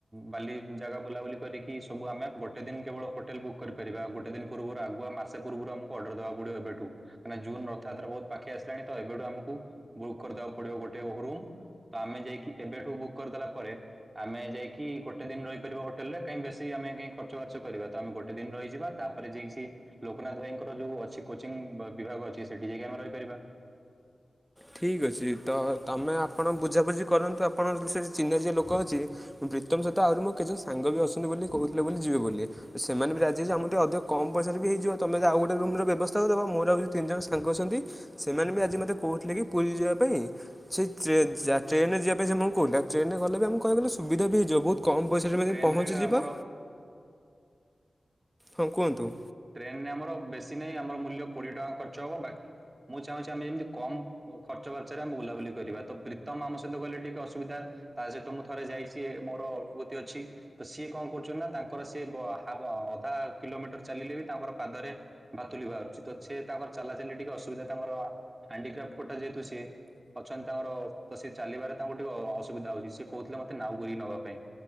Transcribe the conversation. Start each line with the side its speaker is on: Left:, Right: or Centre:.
Right: ବାଲି ଜାଗା ବୁଲାବୁଲି କରିକି ସବୁ ଆମେ ଗୋଟେ ଦିନ କେବଳ ହୋଟେଲ ବୁକ୍ କରିପାରିବା ଆ ଗୋଟେ ଦିନ ପୂର୍ବରୁ ଆଗୁଆ ମାସ ପୂର୍ବରୁ ଆମକୁ ଅର୍ଡର ଦେବାକୁ ପଡିବ ଏବେଠୁ ମାନେ ଜୁନ ରଥଯାତ୍ରା ବହୁତ ପାଖେଇ ଆସିଲାଣି ତ ଏବେଠୁ ଆମକୁ ବୁକ୍ କରିଦବାକୁ ପଡିବ ଗୋଟେ ଓହୋ ରୁମ୍। ତ ଆମେ ଯାଇକି ଏବେଠୁ ବୁକ୍ କରିଦେଲା ପରେ ଆମେ ଯାଇକି ଗୋଟେ ଦିନ ରହିପାରିବ ହୋଟେଲରେ କାହିଁ ବେଶି ଆମେ କାହିଁ ଖର୍ଚ୍ଚ ବାର୍ଚ୍ଚ କରିବା ତ ଆମେ ଗୋ ଗୋଟେ ଦିନ ରହିଯିବା ତାପରେ ଯାଇକି ସେ ଲୋକନାଥ ଭାଇଙ୍କର ଯୋଉ ଅଛି କୋଚିଂ ବିଭାଗ ଅଛି, ସେଠି ଯାଇକି ଆମେ ରହିପାରିବା।
Centre: ଠିକ୍ ଅଛି ତ ତମେ ଆପଣ ବୁଝା ବୁଝି କରନ୍ତୁ ଆପଣ ସେ ଚିହ୍ନ ଯିଏ ଲୋକ ଅଛି। ପ୍ରୀତମ୍ ସହିତ ଆହୁରି ମୋ କେତେ ସାଙ୍ଗ ବି ଅଛନ୍ତି ବୋଲି କହୁଥିଲେ ବୋଲି ଯିବେ ବୋଲି। ସେମାନେ ବି ରାଜି ଅଛି ଯେ ଆମର ଟିକେ ଅଧିକ କମ୍ ପଇସାରେ ବି ହେଇଯିବ, ତମେ ଯଦି ଆଉ ଗୋଟେ ରୁମ୍ ର ବ୍ୟବସ୍ଥା କରିଦବ ମୋର ଆଉ ତିନି ଜଣ ସାଙ୍ଗ ଅଛନ୍ତି ସେମାନେ ବି ଆଜି ମତେ କହୁଥିଲେ କି ପୁରୀ ଯିବା ପାଇଁ ସେଇ ଟ୍ରେନ ଯା ଟ୍ରେନ ରେ ଯିବା ପାଇଁ ସେମାନେ କହୁଥିଲେ, ଟ୍ରେନ ଗଲେ ବି ଆମକୁ କଣପାଇଁ କହିଲ ସୁବଧା ହେଇଯିବ ବହୁତ କମ୍ ପଇସାରେ ଯେମିତି
Right: ଟ୍ରେନରେ
Centre: ପହଞ୍ଚି ଯିବା।
Right: ଆମର
Centre: ହଁ, କୁହନ୍ତୁ।
Right: ଟ୍ରେନ୍ ରେ ଆମର ବେଶୀ ନାହିଁ ଆମର ମୂଲ୍ୟ କୋଡ଼ିଏ ଟଙ୍କା ଖର୍ଚ୍ଚ ହବ ବାକି ମୁଁ ଚାହୁଁଛି ଆମେ ଯେମିତି କମ୍ ଖର୍ଚ୍ଚ ବାର୍ଚ୍ଚରେ ଆମେ ବୁଲା ବୁଲି କରିବା ତ ପ୍ରୀତମ୍ ଆମ ସହିତ ଗଲେ ଟିକେ ଅସୁବିଧା ତା ସହିତ ମୁଁ ଥରେ ଯାଇଛି ଇଏ ମୋର ବହୁତ୍ ତି ଅଛି ତ ସିଏ କଣ କରୁଛନ୍ତି ନା ତାଙ୍କର ସେ ଗ ହାଫ ଅଧା କିଲୋମିଟର ଚାଲିଲେ ବି ତାଙ୍କର ପାଦରେ ଭାତୁଲି ବାହାରୁଛି ତ ସେ ତାଙ୍କର ଚାଲାଚଲି ଟିକେ ଅସୁବିଧା ତାଙ୍କର ହଣ୍ଡିକ୍ରାପଟ୍ କୋଟା ଯେହେତୁ ସିଏ। ଅଛନ୍ତି ତାଙ୍କର ତ ସେ ଚାଲିବାରେ ତାଙ୍କୁ ଟିକେ ଅସୁବିଧା ହଉଛି, ସେ କହୁଥିଲେ ମତେ ନାଉ କରିକି ନବା ପାଇଁ